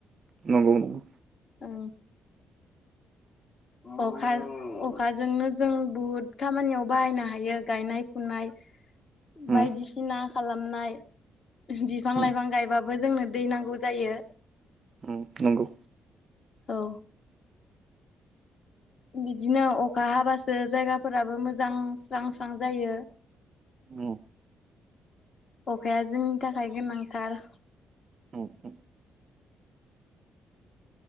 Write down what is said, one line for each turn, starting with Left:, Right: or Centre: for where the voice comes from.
Right: नंगौ नंगौ।
Left: औ। अखा अखाजोंनो जों बहुद खामानियाव बाहायनो हायो गायनाय, फुनाय
Right: उम
Left: बायदिसिना खालामनाय बिफां
Right: उम
Left: लाइफां गायबा बो जोंनो दै नांगौ जायो।
Right: औ नंगौ।
Left: औ। बिदिनो अखा हाबासो जायगाफोराबो मोजां स्रां - स्रां जायो।
Right: उम।
Left: अखाया जोंनि थाखाय गोनांथार।
Right: औ ओ।